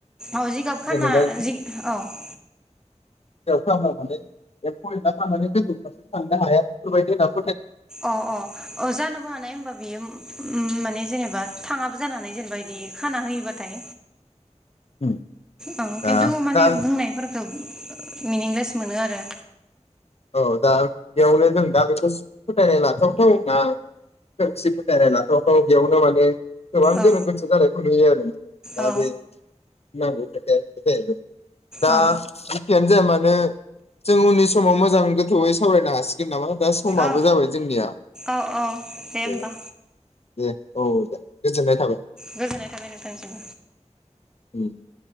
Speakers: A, in the centre; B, on the left.
A: औ जिगाब खाना
B: जेनेबा जियाव
A: जि औ <inaudible>
B: अखा हानानै एम्फौ एनलाफ्रा मानि गोजौ फारसे थांनो हाया बेफोरबादि <unintelligible>
A: अ अ ओ जानोबो हानाय होनबा बियो उम माने जेनेबा थाङाबो जानो हानाय जेनेबा इदि खाना होयोबाथाय
B: जायो
A: औ
B: दा
A: खिन्थु माने
B: दा
A: बुंनायफोरखौ मिनिंलेस मोनो आरो।
B: औ दा बेयावनो जों दा बेखौ फोथायनाय लाथावथाव ना खोमसि फोथायनाय लाथावथाव बेयावनो माने गोबां गोनो
A: औ
B: गोथो जानायखौ नुयो आरो दा
A: औ
B: बे <unintelligible> खोथाया बिदिजायैबाय। दा
A: औ
B: जिखियानो जाया मानो जों उननि समाव मोज आं गोथौयै सावरायनो हासिगोन नामा? दा समाबो
A: औ
B: जाबाय जोंनिया
A: औ औ होमबा
B: दे दे औ औ दे गोजोननाय थाबाय।
A: गोजोननाय थाबाय नोंथांनिसिमबो
B: उम।